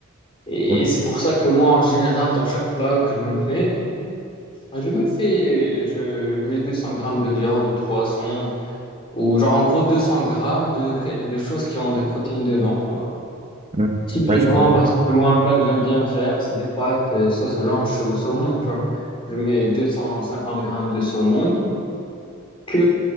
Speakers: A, on the left; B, on the right.
A: Et,
B: ouais,
A: c'est pour ça que moi, en général, dans chaque plat que je me fais, je me fais, je, je mets 200 grammes de viande ou de poisson, ou genre, en gros, 200 grammes de, de choses qui ont des protéines dedans, tu vois.
B: ouais,
A: Typiquement,
B: ouais, je vois.
A: par exemple, moi, un plat que j'aime bien faire, c'est des pâtes euh, sauce blanche au saumon, tu vois. Je mets 250 grammes de saumon, que,